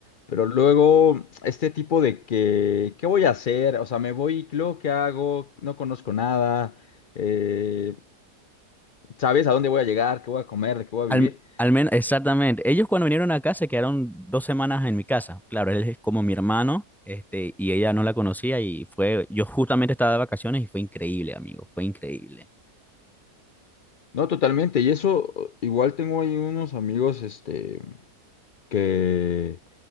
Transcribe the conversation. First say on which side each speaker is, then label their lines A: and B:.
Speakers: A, on the left; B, in the centre.
A: pero luego este tipo de que, ¿qué voy a hacer? O sea, me voy, y luego, ¿qué hago? No conozco nada, eh, ¿sabes a dónde voy a llegar? ¿Qué voy a comer? ¿De qué voy
B: Al,
A: a vivir?
B: al menos, exactamente. Ellos cuando vinieron acá se quedaron dos semanas en mi casa. Claro, él es como mi hermano, este, y ella no la conocía y fue, yo justamente estaba de vacaciones y fue increíble, amigo, fue increíble.
A: No, totalmente. Y eso, eh, igual tengo ahí unos amigos, este, que...